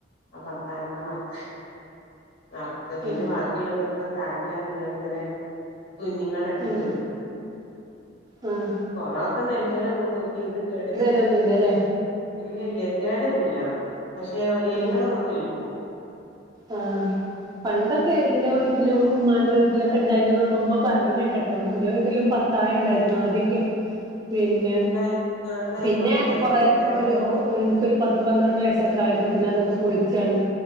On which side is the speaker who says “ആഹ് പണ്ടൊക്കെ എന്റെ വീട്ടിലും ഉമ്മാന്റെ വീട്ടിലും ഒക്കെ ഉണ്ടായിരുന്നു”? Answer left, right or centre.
Right